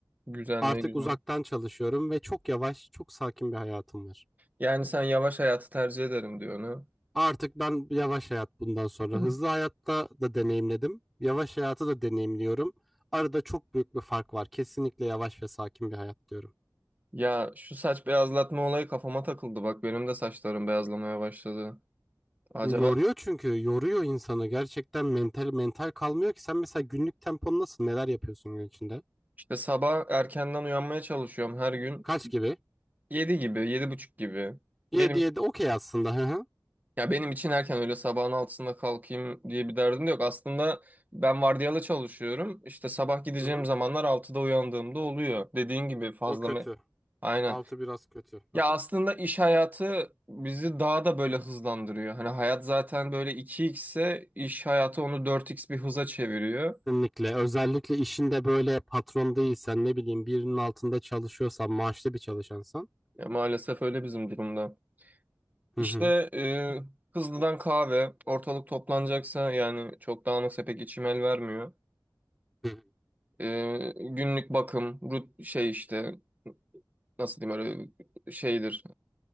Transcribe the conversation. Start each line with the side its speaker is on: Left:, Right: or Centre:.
Right: güzel
Centre: Artık
Right: ne güzel.
Centre: uzaktan çalışıyorum ve çok yavaş, çok sakin bir hayatım var.
Right: Yani sen yavaş hayatı tercih ederim diyor onu.
Centre: Artık ben yavaş hayat bundan sonra.
Right: Hı.
Centre: Hızlı hayatta da deneyimledim. Yavaş hayatı da deneyimliyorum. Arada çok büyük bir fark var. Kesinlikle yavaş ve sakin bir hayat diyorum.
Right: Ya şu saç beyazlatma olayı kafama takıldı. Bak benim de saçlarım beyazlamaya başladı. Acaba
Centre: Yoruyor çünkü yoruyor insanı gerçekten mental mental kalmıyor ki sen mesela günlük tempon nasıl neler yapıyorsun gün içinde?
Right: işte sabah erkenden uyanmaya çalışıyorum her gün.
Centre: Kaç gibi?
Right: yedi gibi, yedi buçuk gibi.
Centre: 7
Right: Benim
Centre: 7 okey aslında hı hı.
Right: ya benim için erken öyle sabahın altısında kalkayım diye bir derdim de yok. Aslında ben vardiyalı çalışıyorum. İşte sabah gideceğim
Centre: Hı hı.
Right: zamanlar altıda uyandığımda oluyor. Dediğin gibi fazla
Centre: O kötü.
Right: me- Aynen.
Centre: Altı biraz kötü. Hı
Right: Ya
Centre: hı.
Right: aslında iş hayatı bizi daha da böyle hızlandırıyor. Hani hayat zaten böyle iki x ise iş hayatı onu dört x bir hıza çeviriyor.
Centre: Kesinlikle özellikle işinde böyle patron değilsen ne bileyim birinin altında çalışıyorsan maaşlı bir çalışansan.
Right: Ya maalesef öyle bizim durumda.
Centre: Hı
Right: İşte
Centre: hı.
Right: e, hızlıdan kahve, ortalık toplanacaksa yani çok dağınıksa pek içim el vermiyor.
Centre: Hı hı.
Right: E, günlük bakım, rut şey işte nasıl diyeyim öyle şeydir.